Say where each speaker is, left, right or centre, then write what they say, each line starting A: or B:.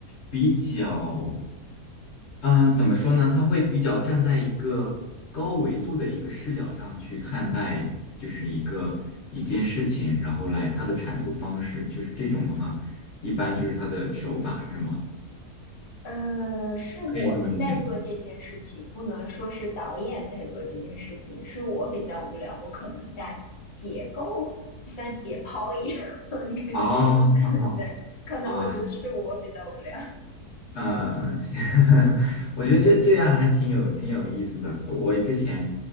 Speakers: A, on the left; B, on the left.
A: 比较，嗯、怎么说呢？他会比较站在一个高维度的一个视角上去看待，就是一个一件事情，然后来他的阐述方式，就是这种的话，一般就是他的手法是吗？
B: 呃，是我们在做这件事情，
A: 可以这么理解吗？
B: 不能说是导演在做这件事情。是我比较无聊，我可能在解构，就像解剖一样。<laughs> 你可以，
A: 啊，
B: <laughs>
A: <laughs> 好好
B: 对，可能我觉得是我比较无聊。
A: 啊，嗯，是 <laughs> 我觉得这这样还挺有挺有意思的。我之前